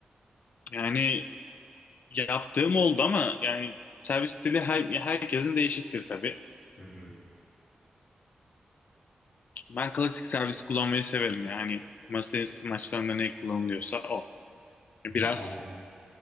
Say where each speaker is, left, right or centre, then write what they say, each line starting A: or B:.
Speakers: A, on the left (about 55°); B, on the left (about 35°).
A: Yani Yaptığım oldu ama yani servis stili her, herkesin değişiktir tabii.
B: Hı hı.
A: Ben klasik servis kullanmayı severim yani. Masa tenisi maçlarında ne kullanılıyorsa o. Biraz
B: Hı hı. Anladım.